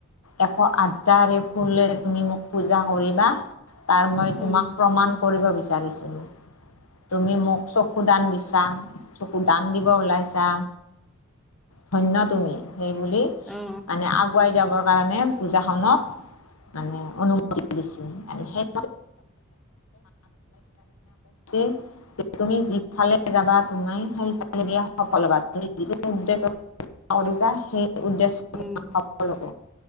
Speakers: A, on the left; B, in the centre.
A: এশ আঠটা ৰে ফুলেৰে তুমি মোক পূজা কৰিবা। কাৰণ মই
B: উম
A: তোমাক প্ৰমাণ কৰিব বিচাৰিছিলো। তুমি মোক চকু দান দিছা। চকু দান দিব ওলাইছা। ধন্য তুমি সেইবুলি
B: অ অ
A: মানে আগুৱাই যাবৰ কাৰণে পূজাখনক মানে অনুমতি দিছে আৰু সেই <unintelligible> <unintelligible> তুমি যিফালে যাবা তুমি সেইফালে দিয়ে সফল হ'বা। তুমি যিটো উদ্দেশ্য ভাবিছা সেই উদ্দেশ্য
B: উম।
A: সফল হ'ব।